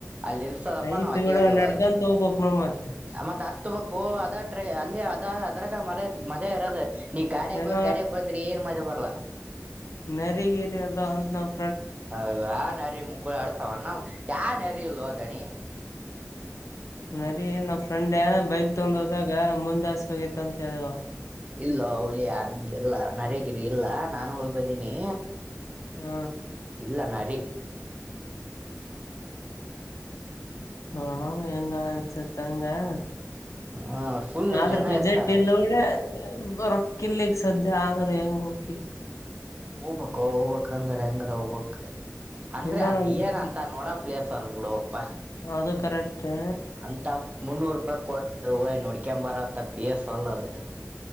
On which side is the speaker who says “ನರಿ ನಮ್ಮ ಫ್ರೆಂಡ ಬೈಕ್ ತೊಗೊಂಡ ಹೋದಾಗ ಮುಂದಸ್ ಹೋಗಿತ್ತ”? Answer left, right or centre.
Left